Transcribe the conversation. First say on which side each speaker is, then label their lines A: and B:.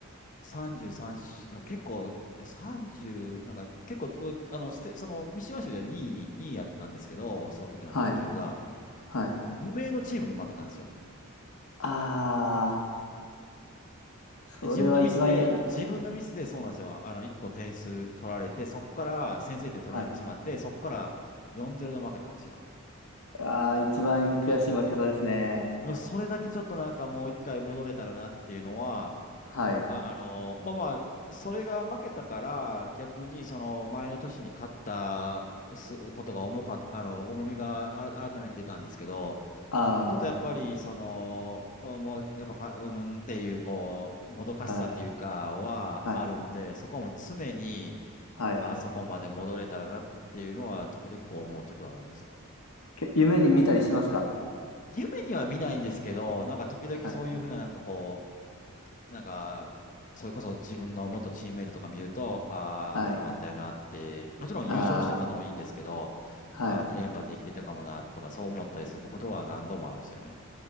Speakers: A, on the left; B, on the left.
A: う33し、結構、え30、なんか結構、うあの、ステ、その、三島州では2位、2位やったんですけど、その時のランキングが、
B: はい、はい。
A: 無名のチームに負けたんですよ。
B: あー、それは一番嫌な。
A: 自分のミスで、自分のミスでそうなんですよ。あの、1個点数取られて、そこから先制点取られてしまって、
B: はい
A: そこから4-0で負けたんですよ。
B: ああ、一番悔しい負け方ですね。
A: それだけちょっとなんかもう一回戻れたらなっていうのは、
B: はい。
A: あの、まあまあ、それが負けたから、逆にその前の年に勝ったすことが重かった、あの、重みがあら改めて出たんですけど、
B: あ
A: ちょっとやっぱりその、もうやっぱか、うんっていう、こう、もどかしさっていうかはあるんで、
B: あ、はい、はい、
A: そこはもう常に、
B: はい。
A: あそこまで戻れたらなっていうのは、時々こう思う時はあるんですよ。
B: け夢に見たりしますか
A: 夢には見ないんですけど、なんか時々そういうふうな、
B: はい、
A: なんかこう、なんか、それこそ自分の元チームメイトとか見ると、ああ、
B: はい、
A: あの時もあったよなって、もちろん優勝したこともいいんですけど、
B: ああ、
A: ああ、
B: はい。
A: 2連覇できてたかもなとか、そう思ったりすることは何度もあるんですよね。